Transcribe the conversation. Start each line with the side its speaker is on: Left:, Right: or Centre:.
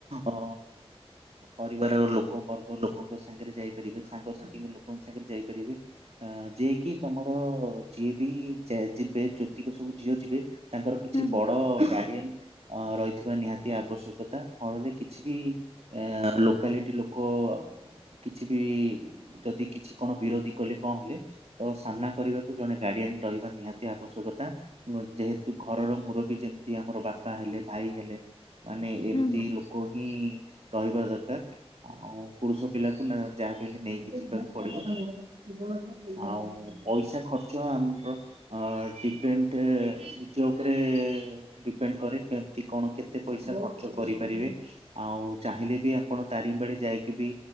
Right: ଅ ପରିବାର ଲୋକ ବର୍ଗ ଲୋକଙ୍କ ସାଙ୍ଗରେ ଯାଇପାରିବେ ସାଙ୍ଗସାଥିଙ୍କ ଲୋକ ସେ ଯାଇପାରିବେ। ଅ ଯିଏ କିି ତମର ଯିଏ ବି ଯିବେ ଜ୍ୟୋତିକ ସବୁ ଝିଅ ଯିବେ। ତାଙ୍କର କିଛି
Left: ହୁଁ ହୁଁ
Right: ବଡ ଗାର୍ଡିଆନ ରହିଥିବା ନିହାତି ଆବଶ୍ୟକତା ଫଳରେ କିଛି ବି ଏ ଲୋକାଲିଟି ଲୋକ କିଛି ବି ଯଦି କିଛି କଣ ବିରୋଧୀ କଲେ କଣ ହେଲେ ତ ସାମ୍ନା କରିବାକୁ ଜଣେ ଗାଡିଆନ ରହିବା ନିହାତି ଆବଶ୍ୟକତା। ଯେହେତୁ ଘରର ମୁରବି ଯେମିତି ଆମର ବାପା ହେଲେ ଭାଇ ହେଲେ। ମାନେ ଏମିତି
Left: ହୁଁ ହୁଁ
Right: ଲୋକ ହିଁ ରହିବା ଦରକାର ଆଉ ପୁରୁଷ ପିଲାକୁ ନା ଯାହାବିହେଲେ ନେଇକି ଯିବା ପଡ଼ିବ ଆଉ ପଇସା ଖର୍ଚ୍ଚ ଆମର ଡିପେ- ନଡ୍ ନିଜ ଉ ଉପରେ ଡିପେଣ୍ଡ କରେ କେମିତି କଣ କେତେ ପଇସା ଖର୍ଚ୍ଚ କରିପାରିବେ। ଆଉ ଚାହିଁଲେ ବି ଆପଣ ତାରିଙ୍ଗ ବାଡି ଯାଇକି ବି